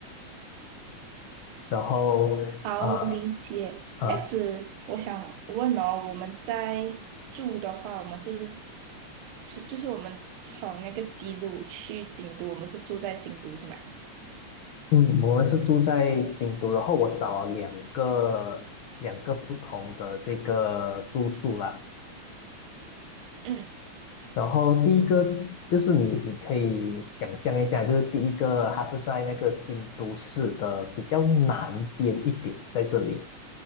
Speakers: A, on the left; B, on the right.
A: 然后呃
B: 好理解。
A: 呃，
B: 这样子，我想问哦，我们在住的话，我们是就就是我们从那个吉鲁去京都，我们是住在京都是吗？
A: 嗯，我们是住在京都，然后我找了两个两个不同的这个住宿了。
B: 嗯，
A: 然后第一个就是你，你可以想象一下，就是第一个它是在那个京都市的比较南边一点，在这里，